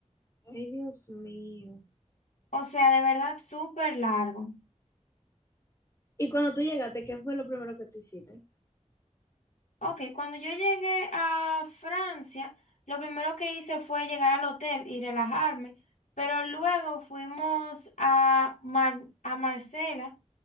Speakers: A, on the left (about 25°); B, on the left (about 75°).
A: Ay, Dios mío.
B: O sea, de verdad, súper largo.
A: Y cuando tú llegaste, ¿qué fue lo primero que tú hiciste?
B: Ok, cuando yo llegué a Francia, lo primero que hice fue llegar al hotel y relajarme, pero luego fuimos a, Mar- a Marsella,